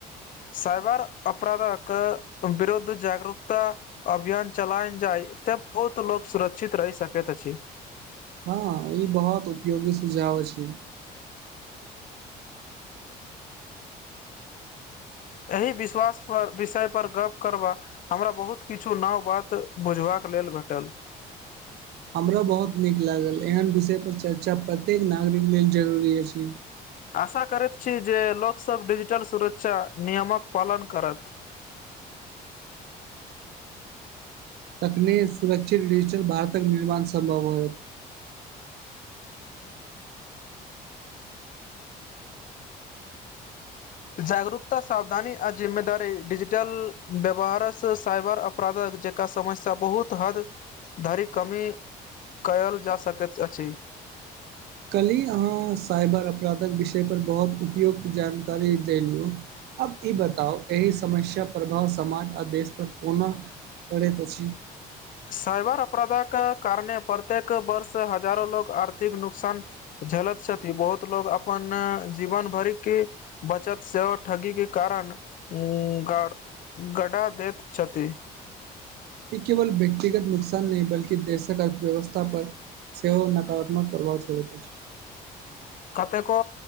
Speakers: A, on the left; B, on the right.
A: साइबर अपराधक विरुद्ध जागरूकता अभियान चलायल जाय तऽ बहुत लोक सुरक्षित रहि सकैत अछि
B: हँ ई बहुत उपयोगी सुझाव अछि
A: एहि विश्वास पर विषय पर गप्प करबा हमरा बहुत किछु नव बात बुझबाक लेल भेटल
B: हमरो बहुत नीक लागल एहन विषय पर चर्चा प्रत्येक नागरिक लेल जरूरी अछि
A: आशा करैत छी जे लोकसभ डिजिटल सुरक्षा नियमक पालन करत
B: तखने सुरक्षित डिजिटल भारतक निर्माण सम्भव होयत <inaudible>
A: जागरूकता सावधानी आ जिम्मेदारी डिजिटल व्यवहारसँ साइबर अप अपराधक जेका समस्या बहुत हद धरि कमी कयल जा सकैत अछि
B: कल्हि अहाँ साइबर अपराधक विषयपर बहुत उपयुक्त जानकारी द लियौ अब ई बताउ एहि समस्या प्रभाव समाज आ देश पर कोनो करैत अछि
A: साइबर अपराध के कारणे प्रत्येक वर्ष हजारो लोक आर्थिक नुकसान झेलैथ छथि बहुत लोग अपन जीवन भरिके बचत सेहो ठगी के कारण ग गडा दैत छथि
B: ई केवल व्यक्तिगत नुकसान नहि बल्कि देशक अर्थव्यवस्था पर सेहो नकारात्मक प्रभाव छोड़ैत अछि
A: कतेको